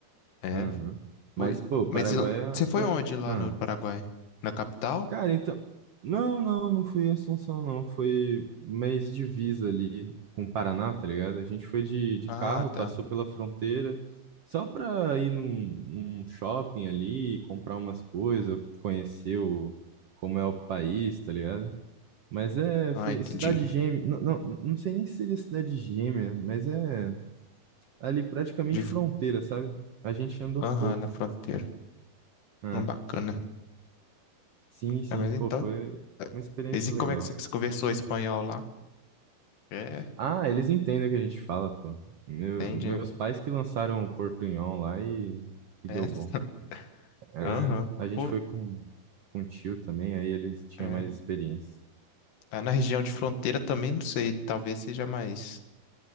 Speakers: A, on the left; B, on the right.
A: É.
B: Aham. Mas,
A: Foi.
B: pô, Paraguai
A: Mas e lá-
B: é-
A: você foi
B: foi.
A: onde
B: um-
A: lá
B: Ah.
A: no Paraguai? Na capital?
B: Cara, então. Não, não, não fui em Assunção, não. Foi mês divisa ali com o Paraná, tá ligado? A gente foi de, de
A: Ah,
B: carro,
A: tá.
B: passou pela fronteira, só pra ir num, num shopping ali, comprar umas coisas, conhecer o, como é o país, tá ligado? Mas é,
A: Ah,
B: foi
A: entendi.
B: cidade gêmea. Não, não, não sei nem se seria cidade gêmea, mas é ali praticamente
A: De...
B: fronteira, sabe? A gente andou
A: Aham,
B: pouco.
A: na fronteira.
B: é.
A: Ah, bacana.
B: Sim, sim,
A: Ah, mas então.
B: pô, foi
A: é,
B: uma experiência
A: Mas e
B: legal.
A: como é que você você conversou espanhol lá? É,
B: Ah, eles entendem o que a gente fala, pô. Meu-
A: entende,
B: meus
A: né?
B: pais que lançaram o Portunhol lá e, e
A: É.
B: deu bom.
A: <laughs>
B: É,
A: Aham.
B: a gente
A: Pô,
B: foi com, com o tio também, aí eles tinham
A: é.
B: mais experiência.
A: Ah, na região de fronteira também, não sei. Talvez seja mais.